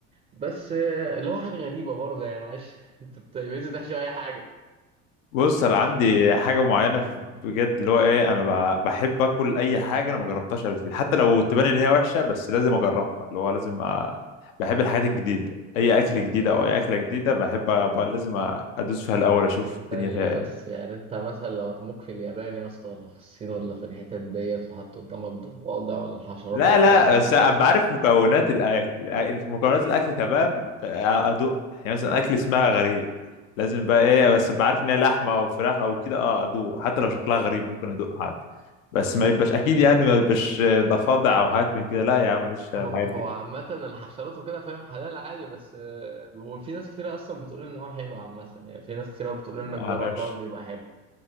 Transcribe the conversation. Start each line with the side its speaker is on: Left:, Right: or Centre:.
Right: بس آه، اللي هو حاجة غريبة برضه يعني معلش <laughs> انت بتعمل تحشي اي حاجة
Left: بص انا عندي حاجه معينه في- بجد اللي هو ايه انا ب- بحب اكل اي حاجه انا ما جربتهاش قبل كده حتى لو تبان ان هي وحشه بس لازم اجربها اللي هو لازم أ... بحب الحاجات الجديده اي اكل
Right: طب
Left: جديد
Right: ايه
Left: او
Right: ده
Left: اي اكله جديده بحب أ... ب- لازم أ- ادوس فيها الاول اشوف
Right: ثانية
Left: الدنيا فيها إيه.
Right: بس يعني انت مثلا لو رموك في اليابان يا اسطى ولا في الصين ولا في الحتت ديت وحط قدامك ضفادع ولا الحشرات
Left: لا
Right: ولا الكلام
Left: لا
Right: ده هتاكلها
Left: بس ابقى عارف مكونات الاكل مكونات الاكل تمام ادوق يعني مثلا اكل اسمها غريب لازم بقى ايه بس ابقى عارف ان هي لحمه او فراخ او كده اه ادوق حتى لو شكلها غريب ممكن ادوق عادي بس ما يبقاش اكيد يعني ما يبقاش ضفادع او حاجات من كده لا يا عم ماليش في
Right: هو
Left: الحاجات
Right: هو
Left: دي
Right: عامة الحشرات وكده فاهم حلال عادي بس آه، وفي ناس كتير اصلا بتقول ان هو حلو عامة يعني في ناس كتير بتقول ان الجراد
Left: معرفش
Right: دوت بيبقى حلو